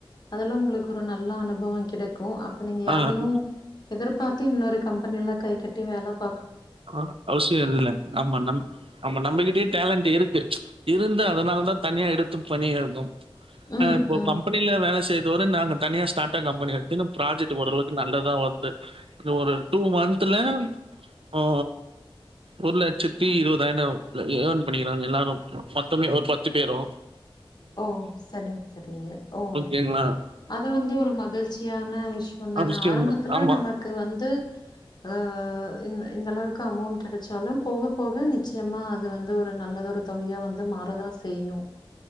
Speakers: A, on the left (about 50°); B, on the right (about 75°).
A: அதல்லா உங்களுக்கு ஒரு நல்ல அனு பவொ கிடைக் கு அப்ப நீங்க யாரையு
B: ஆ ஆ
A: எதிர்பாத்து இன்னொரு கம்ப்பனி எல்லா கை கட்டி வேலப்
B: அ அவ்சியொ இல்ல ஆமா நம் ஆமா நம்மகிட்டயு டேலண்ட்டு இரு க்கு இருந்து அதனாலதா தனியா எடுத்து பண்ணிர்றத் மேம்
A: ம்,
B: ஆ இப்போ
A: ம்.
B: கம்பனில வேல செ இது வர நாங்க தனியா ஸ்டாட்டா கம்ப்பனி எடுத்துன்னு ப்ராஜெக்ட்டு ஓரளக்கு நல்லாதா வர்து இந்த ஒரு டூ மன்த்துல ஆ ஒரு லட்சத்தி இருவதாயிர்னா ஏன் பண்ணிக்கிறாங்க எல்லாரு மொத்தமே ஒரு பத்து பேரு
A: ஓ சரிங்க சரிங்க ஓ
B: ஓகேங்களா.
A: அது வந்து ஒரு மகிழ்ச்சியான விஷ்யொந்தான
B: அவசியம்
A: ஆரம்பத்துல
B: தான். ஆமா,
A: நமக்கு வந்து ஆ இந்த இந்தளவுக்கு அமௌண்ட் கெடச்சாலும் போக போக நிச்சயமா அது வந்து ஒரு நல்லதொரு தொகையா வந்து மாறதான் செய்யும்